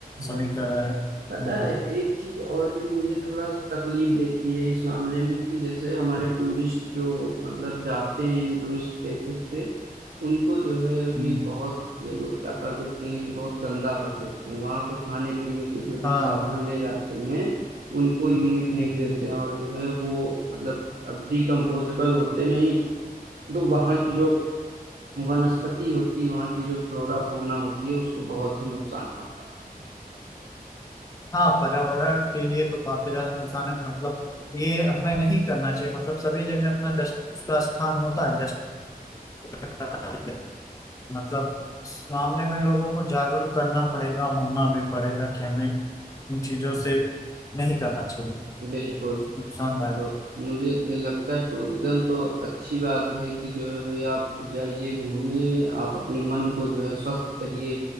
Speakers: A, on the right; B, on the left.
A: हाँ
B: समीकरण
A: हाँ
B: है हम्म,
A: पता है एक चीज और भी मुझे थोड़ा सा तकलीफ देती है इस मामले में कि जैसे हमारे टूरिस्ट जो मतलब जाते हैं इन टूरिस्ट प्लेसेस पे उनको जो है अभी
B: हम्म,
A: बहुत ये लोग क्या कर देते हैं कि बहुत गंदा कर देते हैं वहां पे खाने पीने के जो भी
B: हाँ
A: सामान ले जाते हैं उनको यूं ही फेंक
B: हम्म,
A: देते हैं और जो है वो मतलब अब डिकम्पोजेबल होते नहीं तो वहां की जो वनस्पति होती है वहां की जो फ्लोरा फौना होती है उसको बहुत ही नुकसान पहुंचाते हैं
B: हाँ पर्यावरण के लिए तो काफी ज्यादा नुकसान है मतलब ये हमें नहीं करना चाहिए मतलब सभी जगह अपना डस्ट उसका स्थान होता है डस्ट मतलब इस मामले में लोगों को जागरूक करना पड़ेगा होना भी पड़ेगा कि हमें इन चीजों से नहीं करना चाहिए
A: बिल्कुल
B: नुकसानदायक
A: तो मुझे लगता है टूरिज्म तो अच्छी बात है कि जो है भाई आप जाइए घूमिए आप अपने मन को जो है स्वस्थ करिए